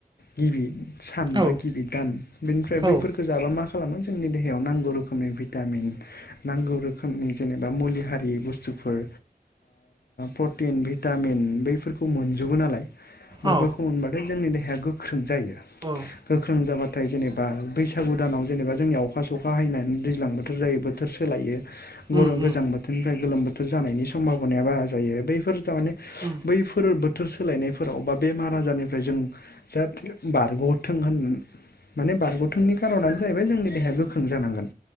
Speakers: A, on the left; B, on the right.
A: गिबि सान
B: औ
A: बा गिबि दान बेनिफ्राय बैफोरखौ
B: औ
A: जाबा म खालामो जोंनि देहायाव नांगौ रोखोमनि भिटामिन नांगौ रोखोमनि जेनेबा मुलि हारि बुस बुस्थुफोर प्रटिन भिटामिन बैफोरखौ मोनजोबो नालाय बेफोरखौ
B: औ
A: मोनबाथाय जोंनि देहाया गोख्रों जायो
B: अ
A: गोख्रों जाबाथाय जेनेबा बैसागु दानाव जेनेबा जोंनिया अखा सखा हैनानै दैज्लां बोथोर जायो बोथोर सोलायो गरम
B: उम उम
A: गोजां बोथोर फ्राय गोलोम बोथोर जानायनि समभाबनाया बारा जायो बैफोर थारमाने
B: उम
A: बैफोर बोथोर सोलायनायफोराव बेमार आजारनिफ्राय जों जाथे बारग'थों होन माने बारग'थोंनि खार'नानो जाहैबाय जोंनि देहाया गोख्रों जानांगोन